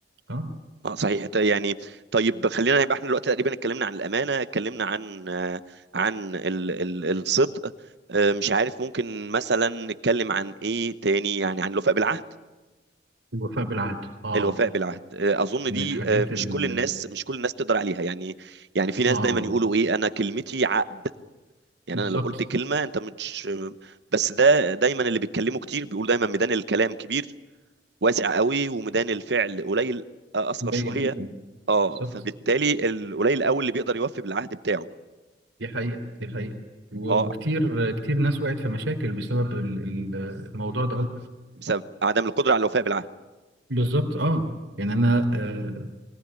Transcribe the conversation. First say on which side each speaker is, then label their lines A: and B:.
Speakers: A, on the right; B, on the right.
A: أه
B: اه صحيح ت- يعني طيب خلينا يبقى احنا دلوقتي تقريبا اتكلمنا عن الامانه اتكلمنا عن آه، عن ال ال الصدق آه، مش عارف ممكن مثلا نتكلم عن ايه تاني يعني عن الوفاء بالعهد
A: الوفاء بالعهد أه
B: الوفاء بالعهد آه، اظن
A: من
B: دي
A: الحاجات
B: آه، مش
A: ال
B: كل الناس مش كل الناس تقدر عليها يعني يعني في ناس
A: أه
B: دايما يقولوا ايه انا كلمتي عقد يعني
A: بالظبط
B: انا لو قلت كلمه انت مش بس ده دايما اللي بيتكلموا كتير بيقول دايما ميدان الكلام كبير واسع قوي وميدان الفعل قليل آه، اصغر
A: قليل
B: شويه
A: جدا
B: اه
A: بالظبط
B: فبالتالي القليل قوي اللي بيقدر يوفي بالعهد بتاعه
A: دي حقيقة دي حقيقة و-
B: اه
A: وكتير كتير ناس وقعت في مشاكل بسبب ال- ال- الموضوع ده
B: بسبب عدم القدره على الوفاء بالعهد
A: بالظبط اه يعني انا آه